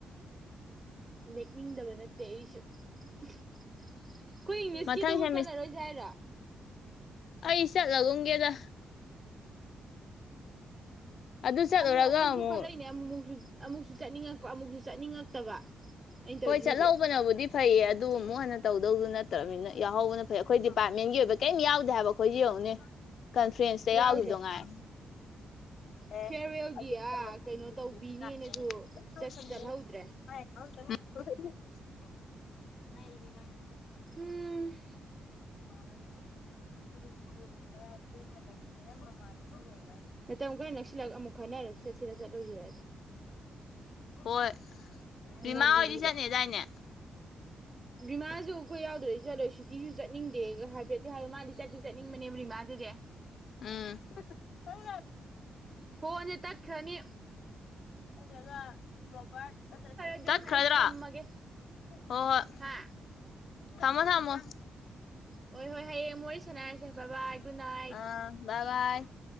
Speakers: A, on the right (about 20°); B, on the left (about 60°).
A: ꯂꯦꯛꯅꯤꯡꯗꯕꯅ ꯠꯇꯦ ꯑꯩꯁꯨ ꯑꯩꯈꯣꯏ ꯏꯪꯂꯤꯁꯀꯤꯗꯨꯕꯨ
B: ꯃꯊꯪ ꯁꯦꯃꯤꯁ
A: ꯆꯠꯂꯔꯣꯏꯁꯦ ꯍꯥꯏꯔꯥ
B: ꯑꯩ ꯆꯠꯂꯒꯨꯝꯒꯦꯗ ꯑꯗꯨ ꯆꯠꯂꯨꯔꯒ
A: ꯑꯃꯨꯛ ꯑꯃꯨꯛꯁꯨ
B: ꯑꯃꯨꯛ
A: ꯈꯔ ꯂꯩꯅꯦ ꯑꯃꯨꯛꯃꯨꯛꯁꯨ ꯑꯃꯨꯛꯁꯨ ꯆꯠꯅꯤꯡꯉꯛꯄ ꯑꯃꯨꯛꯁꯨ ꯆꯠꯅꯤꯡꯉꯛꯇꯕ ꯑꯩꯅ ꯇꯧꯔꯤꯁꯦ
B: ꯍꯣꯏ ꯆꯂ
A: ꯍꯧꯖꯤꯛ
B: ꯍꯧꯕꯕ ꯅꯕꯗꯤꯞ ꯐꯩꯌꯦ ꯑꯗꯨ ꯑꯃꯨꯛ ꯍꯟꯅ ꯇꯧꯗꯧꯗꯨ ꯅꯠꯇ꯭ꯔꯅꯤꯅ ꯌꯥꯎꯍꯧꯕꯅ ꯐꯩ ꯑꯩꯈꯣꯏ ꯗꯤꯄꯥꯔꯠꯃꯦꯟꯒꯤ ꯑꯣꯏꯕ ꯀꯩꯝ ꯌꯥꯎꯗꯦ ꯍꯥꯏꯕ ꯑꯩꯈꯣꯏꯁꯤ ꯌꯦꯡꯉꯨꯅꯦ ꯀꯟꯐ꯭ꯔꯦꯟꯁꯇ
A: ꯌꯥꯎꯗꯦ
B: ꯌꯥꯎꯁꯨꯗꯣꯉꯥꯏ <unintelligible>
A: ꯐꯤꯌꯔꯋꯦꯜꯒꯤ ꯑꯥ ꯀꯩꯅꯣ ꯇꯧꯕꯤꯅꯦꯅꯁꯨ ꯆꯠ ꯆꯠꯍꯧꯗ꯭ꯔꯦ
B: <unintelligible>
A: ꯎꯝ
B: ꯆꯥꯎ ꯅꯃꯅꯕꯨꯣ
A: ꯃꯇꯝ ꯈꯔ ꯅꯛꯁꯤꯜꯂꯒ ꯑꯃꯨꯛ ꯈꯟꯅꯔꯁꯤ ꯆꯠꯁꯤꯔ ꯆꯠꯂꯣꯏꯁꯤꯔ
B: ꯍꯣꯏ ꯔꯤꯃꯥ
A: ꯉꯜꯂꯤꯕ
B: ꯍꯣꯏꯗꯤ ꯆꯠꯅꯤꯗꯥꯏꯅꯦ
A: ꯔꯤꯃꯥꯁꯨ ꯑꯩꯈꯣꯏ ꯌꯥꯎꯗ꯭ꯔꯩ ꯆꯠꯂꯣꯏ ꯁꯤꯇꯤꯁꯨ ꯆꯠꯅꯤꯡꯗꯦ ꯍꯥꯏꯐꯦꯠꯇꯤ ꯍꯥꯏ ꯃꯥꯗꯤ ꯆꯠꯇ ꯆꯠꯅꯤꯡꯕꯅꯦꯕ ꯔꯤꯃꯥꯗꯨꯗꯤ
B: ꯎꯝ <unintelligible>
A: ꯍꯣꯟꯁꯦ ꯇꯠ ꯈ꯭ꯔꯅꯤ
B: ꯅꯠꯇ꯭ꯔꯒ ꯔꯣꯕꯔꯠ ꯅꯠꯇ꯭ꯔꯒ ꯀꯩꯅꯣꯝ
A: ꯑꯗꯨꯗꯤ
B: ꯆꯠꯈ꯭ꯔ
A: ꯑꯩ
B: <unintelligible> ꯔꯣ
A: ꯊꯝꯃꯒꯦ
B: ꯍꯣꯍꯣꯏ
A: ꯍꯥ
B: ꯊꯝꯃꯣ ꯊꯝꯃꯣ <unintelligible>
A: ꯍꯣꯏ ꯍꯣꯏ ꯍꯌꯦꯡ ꯃꯣꯏꯁ ꯁꯦꯟꯅꯔꯁꯦ ꯕꯥ ꯕꯥꯏ ꯒꯨꯗꯅꯠꯏ꯫
B: ꯑꯥ ꯕꯥꯏ ꯕꯥꯏ